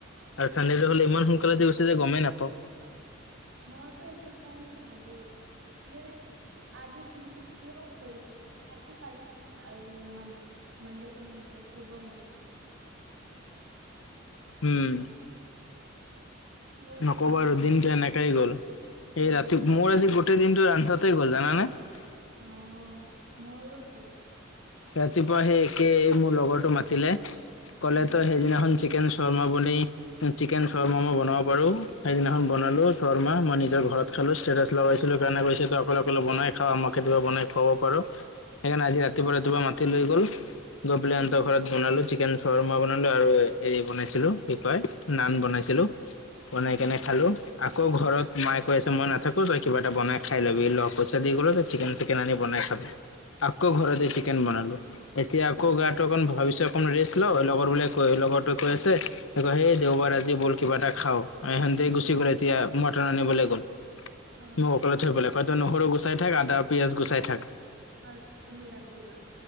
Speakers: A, on the left; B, on the right.
A: আৰু
B: আমিওতো
A: চানডেটো হ'লে
B: ভ-
A: ইমান
B: উম
A: সো যে গমেই নাপাওঁ
B: মইতো সেইটোৰ কাৰণে ভাবো যে আজিৰ দিনটো কিয় গ'লগৈ আকৌ কালি আৰু এ মান দে মনডেটো মোৰ দেখিব মন নাজ
A: উম
B: বহুত
A: নকব
B: কাম
A: আৰু
B: থাকে
A: দিনটো এনেকে গ'ল
B: উম
A: এই ৰাতি মোৰ আজি গোটেই দিন। ৰান্ধাতে গ'ল জানানে ।
B: অ মোৰোতো
A: ৰাতিপুৱা সেই একে মোৰ লগৰটো মাতিলে।
B: উম
A: ক'লে তো সেইদিনাখন চিকেন শৰ্মা বন চিকেন শৰ্মা মই বনাব পাৰোঁ সেইদিনাখন বনালো শৰ্মা মই নিজৰ ঘৰত খালো ষ্টেটাছ লগাইছিলো কাৰণে কৈছে তো অকলে অকলে বনাই খা আমাক কেতিয়াবা বনাই খুৱাব পাৰো। সেইকাৰণে আজি ৰাতিপুৱা ৰাতিপুৱা মাতি লৈ গ'ল।
B: উম
A: গৈ পেলাই সিহঁত ঘৰত বনালো। চিকেন শৰ্মা বনালো আৰু হেৰি বনাইছিলোঁ পিপাৰ নান বনাইছিলোঁ। বনাই
B: উম
A: কেনে খালো। আকৌ ঘৰত মায় কৈ আছে মই নাথাকোঁ তই কিবা এ বনাই খাই ল'বি লগ পইচা দি গ'ল তই চিকেন চিকেন আনি বনাই খাবি। আকৌ ঘৰ দেখি। চিকেন বনালোঁ। এতিয়া
B: অ
A: আকৌ গাটো অকণ ভাবিছোঁ অকণ ৰেষ্ট লওঁ লগৰ বিলাক। কৈ লগৰতে কৈ আছে সেই দেওবাৰ আজি বল কিবা এটা খাওঁ। অ সেতে গুচি
B: উম
A: গ এতিয়া ম সিহঁতক আনিবলৈ গ'ল।
B: অ
A: মোক অকলে
B: এতিয়া
A: থৈ গ'ল এয়া পাত নকৰো কৈছোঁ। গুচাই থাক আদা, পিয়াঁজ গুচাই থাক।
B: অঁ তুমি ৰান্ধিবা ।